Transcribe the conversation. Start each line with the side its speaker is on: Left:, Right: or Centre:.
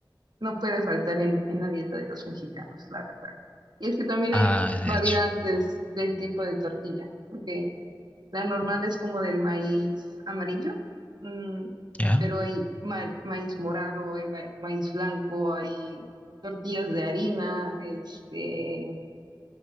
Right: no puede faltar en, en la dieta de los mexicanos, la verdad. Y es que también
Left: Ah,
Right: hay variantes
Left: de hecho,
Right: del tipo de tortilla, porque la normal es como del maíz amarillo, mm,
Left: ¿ya?
Right: pero hay ma- maíz morado, hay ma- maíz blanco, hay tortillas de harina, este,